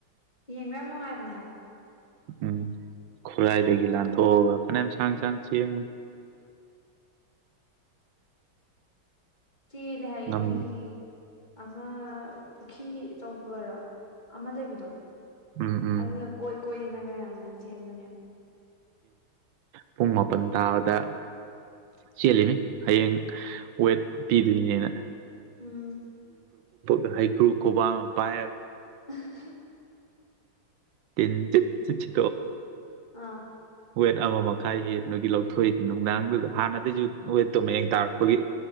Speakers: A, on the left (about 25°); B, on the right (about 80°).
A: ꯌꯦꯡꯕ ꯌꯥꯝ ꯅꯨꯡꯉꯥꯏꯕꯅꯦ ꯍꯥꯏꯕ
B: ꯎꯝ ꯈꯨꯔꯥꯏꯗꯒꯤ ꯂꯥꯟꯊꯣꯛꯑꯒ ꯐꯅꯌꯥꯝ ꯁꯥꯡ ꯁꯥꯡ ꯆꯃꯤ
A: ꯆꯦꯜꯂꯦ ꯍꯥꯏꯌꯦ
B: ꯉꯝ
A: ꯅꯣꯏꯒꯤ ꯑꯃ ꯄꯨꯈ꯭ꯔꯤ ꯑꯆꯧꯕꯔ ꯑꯃ ꯂꯩꯕꯗꯣ
B: ꯎꯝ ꯎꯝ
A: ꯑꯗꯨꯅ ꯀꯣꯏ ꯀꯣꯏꯗꯅꯒ ꯌꯥꯝꯅ ꯆꯦꯟꯕꯅꯦ
B: ꯄꯨꯡ ꯃꯥꯄꯟ ꯇꯥꯕꯗ ꯆꯦꯜꯂꯤꯅꯤ ꯍꯌꯦꯡ ꯋꯦꯠ ꯄꯤꯗꯣꯏꯅꯦ ꯑꯅ
A: ꯎꯝ
B: ꯭ꯔ ꯍꯩꯀ꯭ꯔꯨꯣ ꯄ
A: <unintelligible>
B: ꯤꯟꯠ ꯆꯁꯤ
A: ꯑꯥ
B: ꯋꯦꯠ ꯑꯃ ꯃꯊ ꯊ ꯍꯦꯕꯒꯤ ꯂꯧꯊꯣꯛꯏ ꯅꯨꯡꯗꯥꯡꯗꯨꯗ ꯍꯥꯟꯅꯗꯒꯤꯁꯨ ꯋꯦꯠꯇꯣ ꯃꯌꯦꯡ ꯇꯥꯔꯛꯄꯒꯤ